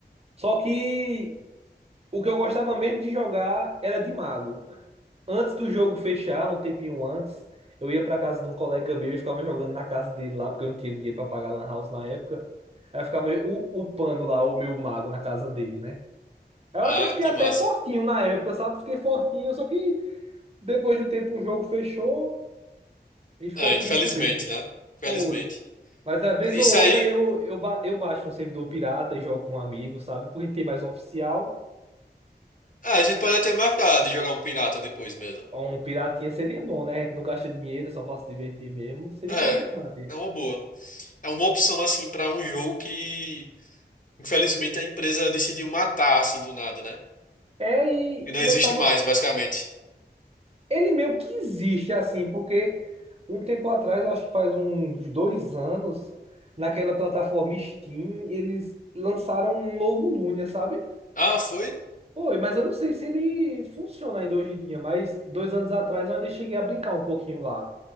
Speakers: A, on the right; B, on the left.
A: Só que o que eu gostava mesmo de jogar era de mago. Antes do jogo fechar, um tempinho antes, eu ia pra casa de um colega meu e ficava jogando na casa dele lá, porque eu não tinha dinheiro pra pagar lan house na época. Aí eu ficava o, o pano lá, o meu mago na casa dele, né? Eu
B: Ah,
A: até fiquei
B: que
A: até
B: massa.
A: fortinho na época, sabe? Fiquei fortinho, só que depois do tempo o jogo fechou e ficou
B: É,
A: por
B: infelizmente,
A: isso mesmo. né?
B: né? Infelizmente.
A: Foi. Mas às vez
B: Isso
A: ou outra
B: aí,
A: eu, eu, ba- eu baixo um servidor pirata e jogo com um amigo, sabe? Porque tem mais oficial.
B: ah, a gente pode até marcar de jogar um pirata depois mesmo.
A: Um piratinha seria bom, né? A gente não gasta dinheiro, só pra se divertir mesmo. Seria
B: É,
A: interessante.
B: é uma boa. É uma opção, assim, pra um jogo que Infelizmente, a empresa decidiu matar assim do nada, né?
A: É, e,
B: E não
A: e
B: existe
A: eu tava.
B: mais, basicamente.
A: Ele meio que existe assim, porque um tempo atrás, eu acho que faz uns dois anos, naquela plataforma Steam, eles lançaram um novo Lunia, sabe?
B: Ah, foi?
A: Foi, mas eu não sei se ele funciona ainda hoje em dia, mas dois anos atrás eu ainda cheguei a brincar um pouquinho lá.